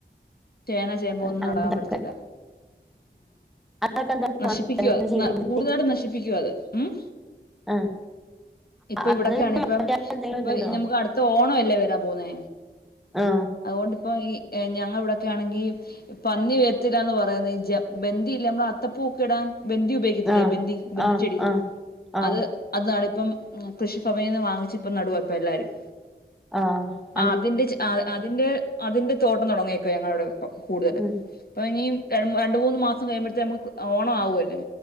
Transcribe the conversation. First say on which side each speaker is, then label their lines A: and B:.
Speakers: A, on the left; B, in the centre.
A: ചേന ചേമ്പ് ഒന്നും
B: അങ്ങനത്തൊക്കെ
A: നടാൻ പറ്റത്തില്ല. ഉം
B: അതൊക്കെ എന്താ
A: നശിപ്പിക്കുവാ
B: അങ്ങനെ ചെയ്യുന്നത്
A: കൂടുതലായിട്ടും നശിപ്പിക്കുവാ അത്. ഉം.
B: ആ
A: ഇപ്പൊ
B: അത്
A: ഇവിടോക്കെയാണ് ഇപ്പം
B: എന്തെങ്കിലും
A: ഇപ്പൊ
B: ഇതുണ്ടോ
A: നമുക്ക് അടുത്ത ഓണം അല്ലേ വരാം പോന്നെ.
B: ആ
A: അതുകൊണ്ടിപ്പം ഈ ഞങ്ങ ഇവിടൊക്കെ ആണെങ്കി പന്നി വരത്തില്ലാന്ന് പറയുന്നത് ബന്ധിയില്ല നമ്മള അത്തപ്പൂക്ക ഇടാൻ ബെന്ധി ഉപയോഗിക്കത്തില്ലേ
B: ആ
A: ബെന്ധി ബെന്ധി
B: ആ
A: ചെടി
B: ആ ആ
A: അത് അത് നാണ് ഇപ്പം കൃഷി ഭവനിൽ നിന്ന് വാങ്ങിച് ഇപ്പ നടുവപ്പ എല്ലാരും.
B: ആഹ്.
A: അതിന്റെ അതിന്റെ അതിന്റെ തോട്ടം തുടങ്ങിയേക്കോ ഞങ്ങളോട്. ഇ കൂടുതൽ
B: ഉം
A: അപ്പം ഇനി ര രണ്ട് മൂന്ന് മാസം കഴിയുമ്പോഴത്തേ നമുക്ക് ഓണമാവു അല്ലേ?